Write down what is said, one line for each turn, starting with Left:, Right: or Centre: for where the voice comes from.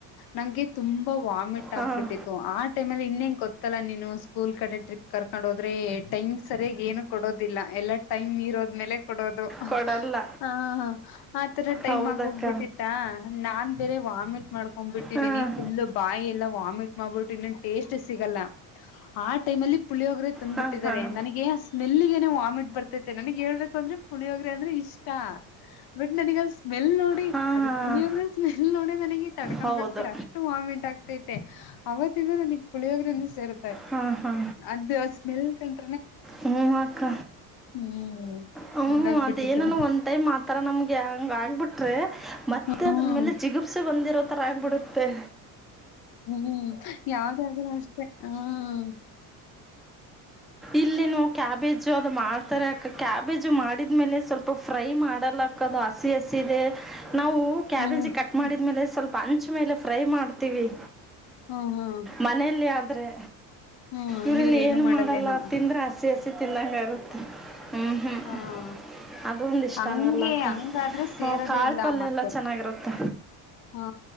Left: ನಂಗೆ ತುಂಬಾ ವಾಮಿಟ್
Centre: ಹಾಂ
Left: ಆಗ್ಬಿಟ್ಟಿತ್ತು ಆ ಟೈಮಲ್ಲಿ ಇನ್ನ ಹೆಂಗ ಗೊತ್ತಲ್ಲ ನೀನು ಸ್ಕೂಲ್ ಕಡೆ ಟ್ರಿಪ್ ಕರ್ ನಡೋದ್ರೆ ಟೈಮಿಂಗ್ ಸರಿಯಾಗಿ ಏನು ಕೊಡೋದಿಲ್ಲ ಎಲ್ಲಾ ಟೈಮ್ ಇರೋದ್ಮೇಲೆ ಕೊಡೋದು
Centre: ಕೊಡಲ್ಲ
Left: ಹ ಆತರ ಟೈಮ್
Centre: ಹೌದಕ್ಕ
Left: ಆಗಿ ಹೋಗ್ಬಿಟ್ಟಿತ್ತ ನಾನ್ ಬೇರೆ ವಾಮಿಟ್ ಮಾಡ್ಕೊಂಡ್ಬಿಟ್ಟಿದೀನಿ
Centre: ಹಾಂ
Left: ನೀನ್ ಫುಲ್ಲು ಬಾಯಲ್ಲ ಆಮೇಲ್ ಮಾಡ್ ಬಿಟ್ಟು ಮಾಡಬಿ ಇನ್ನೊ ಸಿಗಲ್ಲ ಆಲ್ಲಿ ಪುಳಿಯ ಹೋಗ್ರೆ ತಂದ್ಬ
Centre: ಹಾಂ
Left: ಬಿಟ್ಟಿದಿದ್ದಾರೆ
Centre: ಹಾಂ
Left: ನನಗೆ ಸ್ಮೆಲ್ಗ ಏನ ವಾಮಿಟ್ ಬರ್ತೈತೆ ನನಗ್ ಹೇಳ್ಬೇಕು ಅಂದ್ರೆ ಪುಳಿಯೋಗ್ರೆ ಅಂದ್ರೆ ಇಷ್ಟ ಬಟ್ ನನಗ ಸ್ಮೆಲ್ ನೋಡಿ
Centre: ಹಾಂ
Left: ಅದ್ರ
Centre: ಹಾಂ
Left: ಪುಳಿಯೋಗ್ರೆ ಸ್ಮೆಲ್ ನೋಡ ನನಗೆ ತಡ್ಕಣಕ್
Centre: ಹೌದು
Left: ಆಗ್ತಿಲ್ಲ ಅಷ್ಟು ವಾಮಿಟ್ ಆಗ್ತೈತೆ ಅವತ್ತಿಂದ ನಾನಗ್ ಪುಳಿಯೋಗ್ರಿಂದ ಸೇರ್
Centre: ಹ್ಮ ಹಾ
Left: ಅದು ಸ್ಮೆಲ್ ಕಂತ
Centre: ಹ್ಮ ಅಕ್ಕ
Left: ಹ್ಮ್
Centre: ಹ್ಮ
Left: ಹಂಗಾಗ್ಬಿಟ್ಟಿತ್ತು
Centre: ಅದೇನಾನ ಒಂದ್ ಟೈಮ್ ಆತರ ನಮ್ಗೆ ಹಂಗ ಆಗ್ಬಿಟ್ರಿ ಮತ್ತೆ
Left: ಹ್ಮ್
Centre: ಅದ್ರ ಮೇಲೆ ಚಿಗುಪ್ಸೆ ಬಂದಿರೋ ತರ ಆಗ್ಬಿಡುತ್ತೆ
Left: ಹ್ಮ್ ಯಾವ್ದಾದ್ರೂ ಅಷ್ಟೆ ಹ್ಮ
Centre: ಇಲ್ಲಿನು ಕ್ಯಾಬೇಜ್ ಅದು ಮಾಡ್ತಾರೆ ಯಾಕ ಕ್ಯಾಬೇಜು ಮಾಡಿದ ಮೇಲೆ ಸ್ವಲ್ಪ ಫ್ರೈ ಮಾಡಲಾಕದು ಹಸಿ ಹಸ ಇಿದೆ ನಾವು ಕ್ಯಾಬೇಜಿಗೆ
Left: ಹ್ಮ್
Centre: ಕಟ್
Left: ಹ್ಮ್
Centre: ಮಾಡಿದ ಮೇಲೆ ಸ್ವಲ್ಪ ಅಂಚು ಮೇಲೆ ಫ್ರೈ ಮಾಡ್ತೀವಿ
Left: ಹ್ಮ್ ಹ್ಮ್
Centre: ಮನೆಯಲ್ಲಿ ಆದ್ರೆ
Left: ಹ್ಮ್
Centre: ಇವ್ರಲ್ಲಿ
Left: ಇವ್ರೇನು
Centre: ಏನು
Left: ಮಾಡಲ್ಲೇನೋ
Centre: ಮಾಡಲ್ಲ ತಿಂದರೆ ಹಸಿ ಹಸಿ ತಿನ್ನಂಗ ಆಗುತ್ತೆ ಹ್ಮ್ ಹ್ಮ್
Left: ಹಾ
Centre: ಅದು ಒಂದ ಇಷ್ಟ
Left: ಹಂಗೆ
Centre: ಆಗಲ್ಲಕ್ಕ
Left: ಹಂಗಾದ್ರೆ ಸೇರದೇ
Centre: ಕಾಳ
Left: ಇಲ್ಲ
Centre: ಪಲ್ಯ
Left: ಮತ್ತೆ
Centre: ಎಲ್ಲ ಚೆನ್ನಾಗಿರತ್ತ
Left: ಹಾ